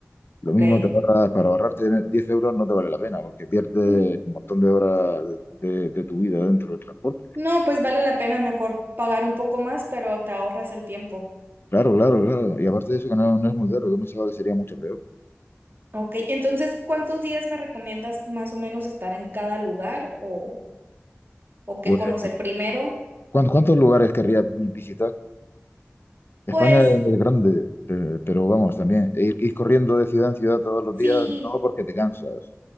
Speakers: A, on the left; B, on the right.
A: Lo
B: Ok.
A: mismo te ahorras, para ahorrarte 10 euros no te vale la pena, porque pierdes
B: Mm,
A: un montón de horas de de tu vida dentro del transporte.
B: No, pues vale la pena mejor pagar un poco más, pero te ahorras el tiempo.
A: Claro, claro, claro. Y aparte de eso, que no, no es muy caro. Yo pensaba que sería mucho peor.
B: Ok, entonces, ¿cuántos días me recomiendas más o menos estar en cada lugar o, o
A: Pues,
B: qué conocer primero?
A: ¿cuántos, cuántos lugares querría vi- visitar? España
B: Pues
A: es grande, pe- pero, vamos, también ir, ir corriendo de ciudad en ciudad todos los
B: sí.
A: días, no porque te cansas.